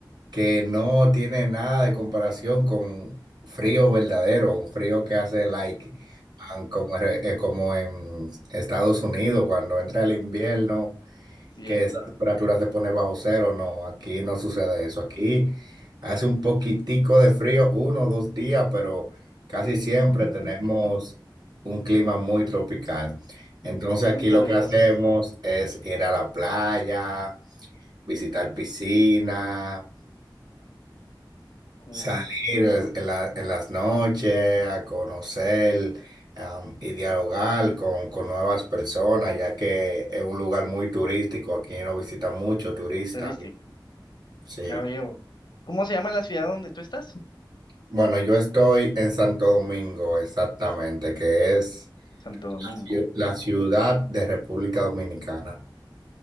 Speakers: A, on the right; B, on the left.
A: que no tiene nada de comparación con frío verdadero, un frío que hace like an- como, re- eh, como en Estados Unidos cuando entra el invierno,
B: Cierto.
A: que esa temperatura se pone bajo cero, no, aquí no sucede eso, aquí hace un poquitico de frío, uno o dos días, pero casi siempre
B: <laughs>
A: tenemos un clima muy tropical. Entonces
B: Muy
A: aquí
B: caluroso.
A: lo que hacemos es ir a la playa, visitar piscina,
B: Cool.
A: Salir en la- en las noches a conocer am, y dialogar con, con nuevas personas, ya que es un lugar muy turístico, aquí no visitan mucho turistas.
B: Es turístico.
A: Sí.
B: Ya veo. ¿Cómo se llama la ciudad donde tú estás?
A: Bueno, yo estoy en Santo Domingo, exactamente, que es
B: Santo Domingo.
A: ciu- la ciudad de República Dominicana.